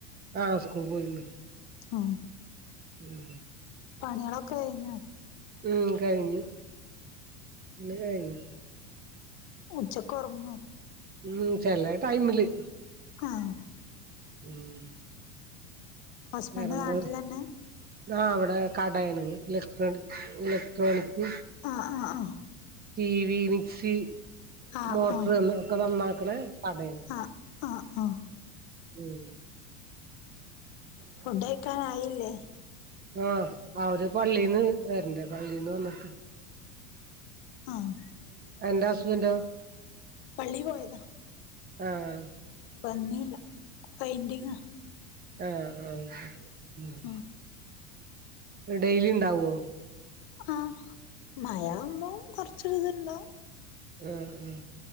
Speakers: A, on the right; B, on the left.
A: ആഹ് സ്കൂൾ പോയിരുന്നു
B: ആ
A: ഉം
B: പണികളൊക്കെ കഴിഞ്ഞു.
A: ഉം കഴിഞ്ഞു ഇന്ന് കഴിഞ്ഞു
B: ഉച്ചയ്ക്ക് ഉറങ്ങോ
A: ഉം ചെലേ ടൈമില്
B: ആഹ്
A: ഉമ്
B: ഹസ്ബൻഡ്
A: വേറെന്താ
B: നാട്ടിലന്നെ
A: ആ അവിടെ കടയാണ് ഇലക്ട്രോണി ഇലക്ട്രോണിക്
B: ആ ആ ആ
A: ടി വി മിക്സി
B: ആഹ്
A: മോട്ടർ
B: ആഹ് ആഹ്
A: എന്ന ഒക്കെ നന്നാക്ണെ കട
B: ആഹ് ആഹ് ആഹ്
A: ഉം
B: ഫുഡ് കഴിക്കാൻ ആയില്ലേ
A: ആഹ അവര് പള്ളീന്ന് വരണ്ടേ പള്ളിന്ന് വന്നിട്ട്
B: ആഹ്
A: അന്റെ ഹസ്ബന്റോ
B: പള്ളി പോയതാ
A: ആഹ
B: വന്നില്ല പെയിന്റിങ്ങാ
A: ആഹ് ആഹ് ശരി ഉമ്
B: ആഹ്
A: ഡെയിലി ണ്ടാവോ
B: ആഹ് മയാവുമ്പോ കുറച്ചൊരു ഇത് ഉണ്ടാവും
A: ഉം ഉം